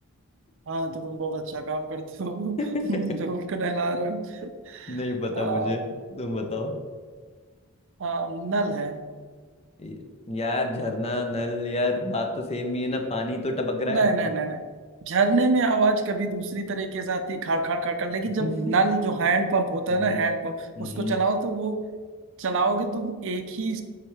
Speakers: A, on the right; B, on the left.
A: हाँ तो तुम बहुत अच्छा काम करते हो <laughs>
B: <laughs>
A: ढोल को नहला रहे हो
B: नहीं पता
A: आ,
B: मुझे तुम बताओ
A: आ, नल है
B: ये- यार झरना नल यार बात तो सेम ही है ना पानी तो टपक रहा
A: नहीं
B: है
A: नहीं नहीं नहीं झरने में आवाज कभी दूसरी तरीके से आती खाड़ खाड़ खाड़ खाड़ लेकिन
B: <laughs>
A: जब नल जो हैंड पंप होता
B: हम्म
A: है ना हैंड पंप
B: हम्म
A: उसको चलाओ तो वो चलाओगे तुम एक ही